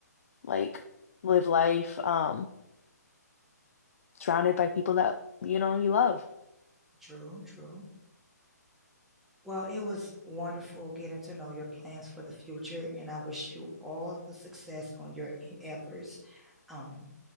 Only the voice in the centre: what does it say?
Drew, Drew. Well, it was wonderful getting to know your plans for the future, and I wish you all the success on your endeavors. Um,